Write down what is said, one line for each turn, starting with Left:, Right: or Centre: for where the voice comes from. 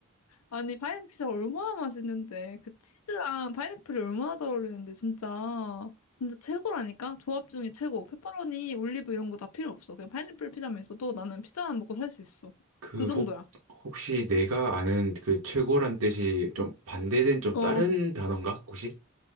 Left: 아니, 파인애플 피자 얼마나 맛있는데. 그 치즈랑 파인애플이 얼마나 잘 어울리는데, 진짜. 진짜 최고라니까? 조합 중에 최고. 페퍼로니, 올리브 이런 거 다 필요 없어. 그냥 파인애플 피자만 있어도 나는 피자만 먹고 살 수 있어.
Right: 그,
Left: 그 정도야.
Right: 혹, 혹시 내가 아는 그 최고란 뜻이 좀 반대된 좀
Left: 어.
Right: 다른 단어인가? 혹시?